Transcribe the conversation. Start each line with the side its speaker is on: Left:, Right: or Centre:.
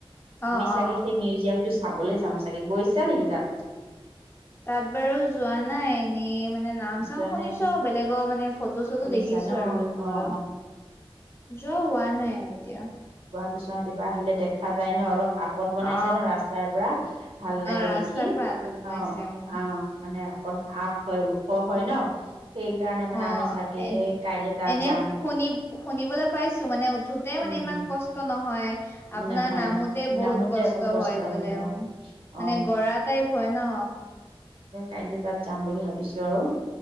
Left: অ
Right: আমি চাগে
Left: অ
Right: সেই মিউজিয়ামটো চ চাবলৈ যাম চাগে। ‌ গৈছা নেকি তাত?
Left: তাত বাৰু যোৱা নাই। এনেই মান- নে মানে নাম-চাম
Right: যোৱা
Left: শুনিছোঁ
Right: নাই
Left: আৰু, বেলেগৰ মানে ফটো-চটো
Right: শুনিছা
Left: দেখিছোঁ
Right: ন
Left: আৰু যোৱা।
Right: অ',
Left: ‌
Right: অ'।
Left: যোৱা হোৱা নাই এতিয়া।
Right: গুৱাহাটীৰ পৰা আহিলে দেখা যায় ন অলপ- আপত বনাইছে
Left: অ
Right: ন ৰাস্তাৰ পৰা। ভাল
Left: অ
Right: লাগে
Left: ৰাস্তাৰ
Right: দেখি।
Left: পৰা আঁতৰত বনাইছে
Right: অঁ
Left: অ
Right: অঁ মানে- অকন আপ হয় উ ওখ হয় ন? সেইকাৰণে মানে
Left: অহ,
Right: আমি চাগে
Left: এন
Right: কাইলে তাত
Left: এনে,
Right: যাম
Left: শুনি শুনিবলৈ পাইছোঁ মানে, উঠোঁতে মানে
Right: উম
Left: ইমান
Right: উম
Left: কষ্ট নহয়। আপোনাৰ
Right: নহয়
Left: নামোতে বহুত
Right: নামোতে
Left: কষ্ট
Right: অকণ
Left: হয় বোলে উম,
Right: অ অ
Left: মানে গৰা টাইপ হয় ন।
Right: জে কাইলৈ তাত যাম বুলি ভাবিছোঁ আৰু।